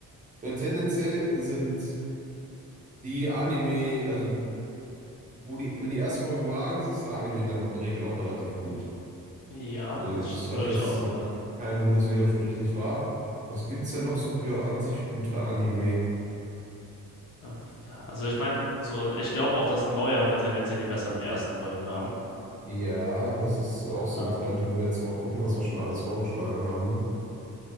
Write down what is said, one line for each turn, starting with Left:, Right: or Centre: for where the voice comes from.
Right: Weil tendenziell sind die Anime, also wo die, wenn die erste Folge überragend ist, ist der Anime in der Regel auch relativ gut.
Left: Ja,
Right: So, ich
Left: das würde
Right: hatte jetzt
Left: ich auch so
Right: noch
Left: sagen.
Right: keinen, wo das widersprüchlich war. Was gibt's denn noch so für an sich gute Anime?
Left: Äh, Also ich meine, so, ich glaube auch, dass neuere tendenziell die besseren ersten Folgen haben.
Right: Ja, das ist auch so
Left: Ähm,
Right: ein Trend, wenn wir jetzt mal gucken, was wir schon alles vorgeschlagen haben.